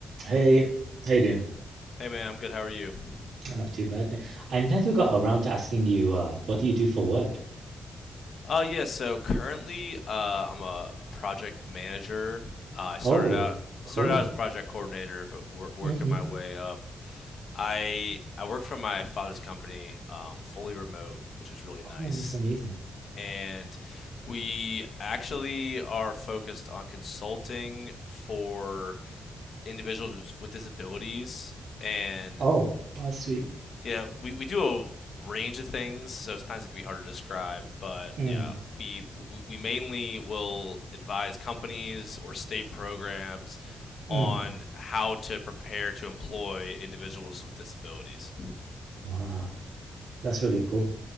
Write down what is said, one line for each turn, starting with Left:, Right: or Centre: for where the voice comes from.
Right: Hey, how you doing?
Left: Hey man, I'm good. How are you?
Right: Oh, not too bad. Thank I never got around to asking you, uh, what do you do for work?
Left: Uh yeah, so currently uh I'm a project manager. Uh, I started
Right: Oh,
Left: out
Right: cool.
Left: started out as a project coordinator, but wor working
Right: hmm
Left: my way up. I I work for my father's company, um, fully remote, which is really
Right: Oh,
Left: nice.
Right: that's amazing.
Left: And we actually are focused on consulting for individuals with disabilities and
Right: Oh, that's sweet.
Left: Yeah, we, we do a range of things, so sometimes it can be hard to describe. But
Right: Mm,
Left: yeah, we we we mainly will advise companies or state programs
Right: mm.
Left: on how to prepare to employ individuals with disabilities.
Right: Wow, that's really cool.